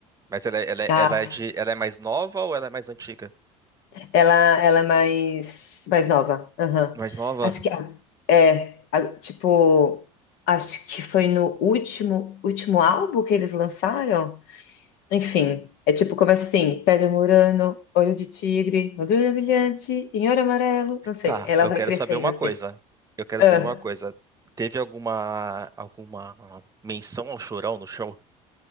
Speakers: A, on the right (about 20°); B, on the left (about 70°).
A: Mas ela, é- ela, é-
B: Ah,
A: ela é de, ela é mais nova ou ela é mais antiga?
B: ela, ela é mais, mais nova. Aham.
A: Mais nova?
B: Acho que é, a- tipo, acho que foi no último, último álbum que eles lançaram. Enfim, é tipo, começa assim, Pedro Murano, Olho de Tigre, Madrugada Brilhante, Inhoro Amarelo, não sei.
A: Tá,
B: Ela
A: eu
B: vai
A: quero
B: crescendo
A: saber uma
B: assim.
A: coisa. Eu quero
B: Ah,
A: saber uma coisa. Teve alguma alguma menção ao Chorão no show?